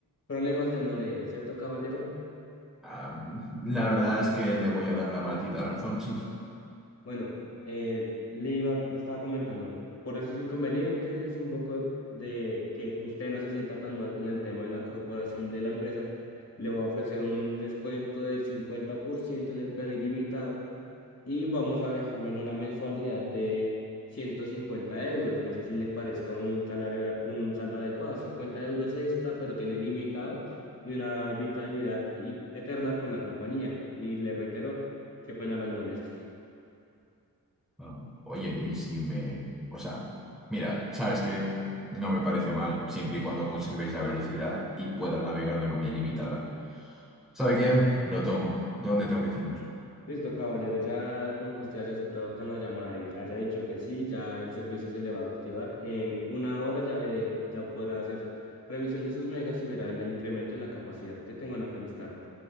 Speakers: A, on the left; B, in the centre.
A: problemas de no leer, ¿cierto, caballero?
B: ah, la verdad es que le voy a dar la maldita razón, sí.
A: Bueno, eh, le iba, le estaba comentando, por estos inconvenientes, un poco de que usted no se sienta tan mal con el tema de la corporación de la empresa, le voy a ofrecer un descuento del 50% en el plan ilimitado y vamos a dejarlo en una mensualidad de 150 euros. No sé si le parezca un salario, un saldo adecuado, 50 euros extra, pero tiene limitado y una vitalidad i- eterna con la compañía. Y le reitero, qué pena las molestias.
B: Ah, oye, y si me... O sea, mira, sabes que no me parece mal siempre y cuando conservéis la velocidad y puedas navegar de manera ilimitada. ¿Sabe qué? Lo tomo. ¿Dónde tengo que firmar?
A: Listo, caballero, ya con que usted haya aceptado acá en la llamada y haya dicho que sí, ya el servicio se le va a activar. En una hora ya ve, ya podrá hacer revisión de sus megas y verá el incremento en la capacidad. Que tenga una feliz tarde.